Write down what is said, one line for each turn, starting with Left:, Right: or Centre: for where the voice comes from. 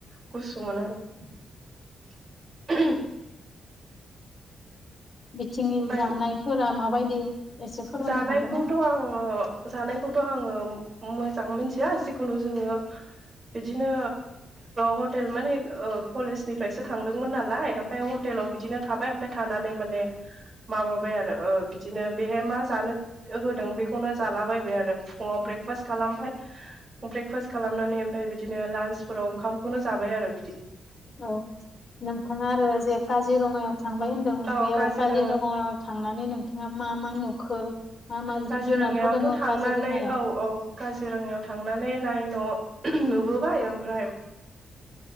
Right: गुसुमोन आरो <inaudible>
Left: बिथिंनि
Right: ओमफ्राय
Left: जानायफोरा माबायदि एसे फोरमायनो
Right: जानायखौथ'
Left: हागोन ना?
Right: आङो जानायखौथ' आङो मोजां मोनथिया जिखुनु जोङो। बिदिनो हटेल माने कलेजनिफ्रायसो थांदोंमोन नालाय ओमफ्राय हटेल बिदिनो थाबाय मफ्राय थानानै माने माबाबाय आरो बिदिनो बेहाय मा जानो होदों बेखौनो जालाबायबाय आरो फुङाव ब्रेकफास्ट खालामबाय ब्रेकफास्ट खालाम नानै ओमफ्राय बिदिनो लान्सफोराव ओंखामखौनो जाबाय आरो बिदि।
Left: औ नोंथाङा आरो जे काजिरङायाव थांबाय होनदों
Right: औ
Left: बेयाव
Right: काजिरङा
Left: काजिरङायाव थांनानै नोंथाङा मा मा नुखो? मा मा
Right: काजिरङायावथ'
Left: जिब जुनारफोर दङ
Right: थांनानै
Left: काजिरङायाव
Right: औ औ काजि रङायाव थांनानै रायन' नुबोबाय ओमफ्राय